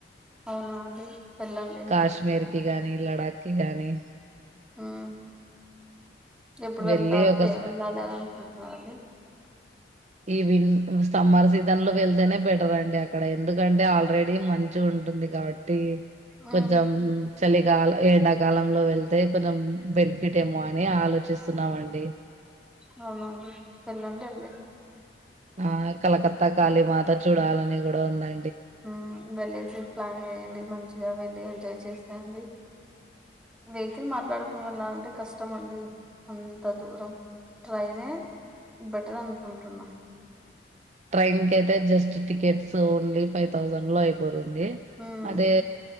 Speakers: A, in the centre; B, on the right.
A: అవునా అండి వెళ్ళండి
B: కాశ్మీర్కి గానీ లడాక్కి గానీ
A: హ్మ్మ్ ఎప్పుడ్
B: వెళ్ళి
A: వెళ్తా
B: ఒకసారి
A: ఏ వెళ్ళాలి అని అనుకుంటున్నారండి
B: ఈ విన్ సమ్మర్ సీజన్ లో వెళ్తేనే బెటర్ అండి అక్కడ ఎందుకంటే ఆల్రెడీ మంచు ఉంటుంది కాడ్ టి
A: ఉమ్
B: కొంచెం చలి గాల్ ఎండాకాలంలో వెళ్తే కొంజః బెనిఫిట్ ఏమో అని ఆలో చెసున్నామండి
A: అవునా అండి వెల్లండి ఎండి
B: ఆ కలకత్తా కాళీమాత చూడాలని కూడా ఉందా
A: హ్మ్మ్ వెళ్ళేసి ప్లాన్ వెయ్యండి మంచిగా వెళ్ ఎంజాయ్ చేసాయండి వెహికల్ మాట్లాడుకోవాలంటే కష్టమండి అంత దూరం ట్రైనే బెటర్ అనుకుంటున్నా
B: ట్రైన్ కై అయితే just tickets only five thousand లో అయిపో ది
A: హ్మ్
B: అదే